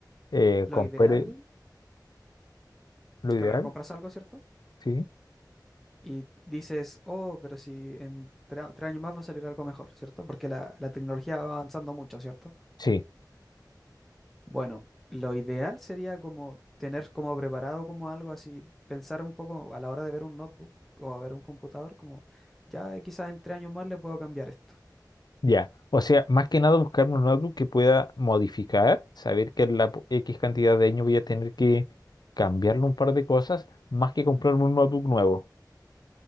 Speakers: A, on the left; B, in the centre.
A: Eh,
B: lo
A: compré
B: ideal,
A: lo ideal.
B: claro, compras algo, ¿cierto?
A: Sí,
B: Y dices, oh, pero si en tre- tres años más va a salir algo mejor, ¿cierto? Porque la, la tecnología va avanzando mucho, ¿cierto?
A: sí,
B: Bueno, lo ideal sería como tener como preparado como algo así, pensar un poco a la hora de ver un notebook o a ver un computador, como ya eh, quizás en tres años más le puedo cambiar esto.
A: ya. O sea, más que nada buscarme un notebook que pueda modificar, saber que en la po- X cantidad de años voy a tener que cambiarle un par de cosas, más que comprarme un notebook nuevo.